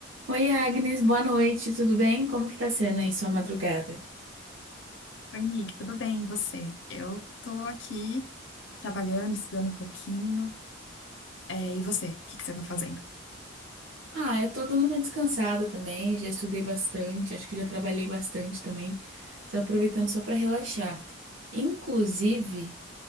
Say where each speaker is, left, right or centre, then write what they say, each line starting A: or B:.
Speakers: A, on the right (about 65°); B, on the left (about 60°).
A: Oi, Agnes, boa noite, tudo bem? Como que tá sendo aí sua madrugada?
B: Oi, Nick, tudo bem? E você? Eu tô aqui trabalhando, estudando um pouquinho. É, e você? O que que você tá fazendo?
A: Ah, eu tô dando uma descansada também, já estudei bastante, acho que já trabalhei bastante também. Tô aproveitando só pra relaxar. Inclusive,